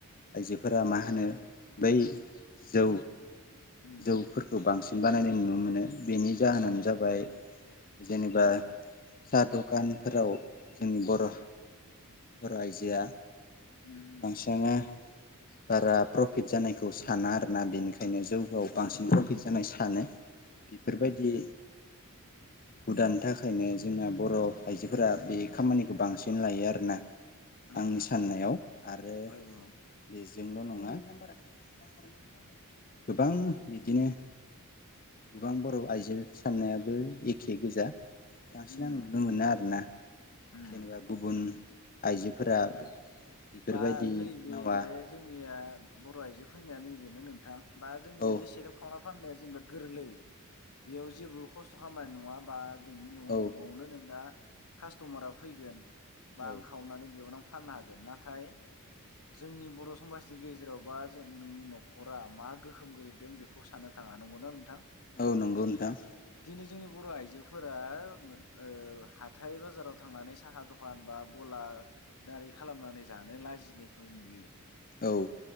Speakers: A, on the left; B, on the left.
A: आइजोफोरा मा होनो बै जौ
B: उम
A: जौफोरखौ बांस बानायनाय नुनो मोनो बेनि जाहोनानो
B: उम
A: जाबाय जेनेबा साहा दखान फोराव जोंनि बर' बर' आइजोआ
B: उम
A: बांसिआनो बारा प्रफिट जानायखौ साना आरोना बेनिख खायनो जौगआव बांसिन
B: औ
A: प्रफिट जानाय सा सानो बेफोरबायदि
B: उम
A: हुदानि थाखायनो जोंना बर' आइजोफोरा बे खामानिखौ बांसिन लायो आरोना
B: उम
A: आंनि
B: उम
A: साननायाव आरो
B: औ औ
A: बेजोंल' नङा <unintelligible> गोबां बिदिनो गोबां बर' आइजो साननायाबो एखे गोजा बांसिन
B: उम
A: आं नुनो मोना आरोना
B: उम
A: जेनेबा गुबुन आइजोफोरा बेफोरबायदि
B: बा नैबे
A: मावा
B: जोंनिया बर' आइजोफोरनिया नैबेनो नोंथां बा जोंनिया
A: औ
B: बे सेरेब खावना फाननाया जेनेबा गोरलै बेयाव जेबो खस्थ <unintelligible> खामानि नङा बा नोंनि न' न'आवनो
A: औ
B: नोंना खास्ट'मारा फैगोन बा
A: औ
B: आं खावनानै बेयावनो आं फाननो हागोन ना हाय जोंनि बर' समाजनि गेजेराव बा जों नोंनि न'खरा मा गोहोम गोलैदों बेखौ साननो थाङा नंगौना नोंथां?
A: औ नंगौ नोंथां
B: दिनै जोंनि बर' आइजोफोरा मो ओ हाथाय बाजाराव थांनानै साहा दखान बा गला दारि खालामनानै जानो लाजिनायखौ नुयो
A: औ